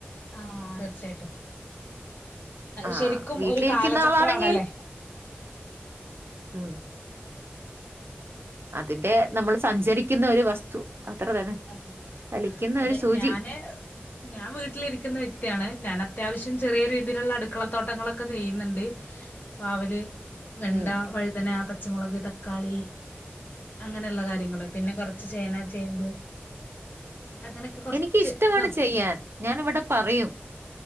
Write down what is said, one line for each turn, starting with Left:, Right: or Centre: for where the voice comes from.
Left: ആഹ് തീർച്ചയായിട്ടും
Right: ആഹ്
Left: ശരിക്കും
Right: വീട്ടിലിരിക്കുന്ന
Left: ഒരു കാലചക്ര
Right: ആളാണെങ്കിൽ
Left: ആണല്ലേ
Right: ഉം അതിന്റെ നമ്മൾ സഞ്ചരിക്കുന്ന ഒരു വസ്തു അത്ര തന്നെ
Left: ആഹ്
Right: ചലിക്കുന്ന
Left: അതെ
Right: ഒരു സൂചി
Left: ഞാന് ഞാൻ വീട്ടിലിരിക്കുന്ന വ്യക്തിയാണ് ഞാൻ അത്യാവശ്യം ചെറിയ രീതിയിലുള്ള അടുക്കളത്തോട്ടങ്ങളൊക്കെ നെയ്യുന്നുണ്ട് പാവല് വെണ്ട
Right: ഉം
Left: വഴുതന പച്ചമുളക് തക്കാളി അങ്ങനെയുള്ള കാര്യങ്ങള്ൾ പിന്നെ കൊറച്ച് ചേന ചേമ്പ് അങ്ങനെയൊക്കെ കൊറച്ച്
Right: എനിക്ക് ഇഷ്ടമാണ്
Left: ഇതാ
Right: ചെയ്യാൻ ഞാൻ ഇവിടെ പറയും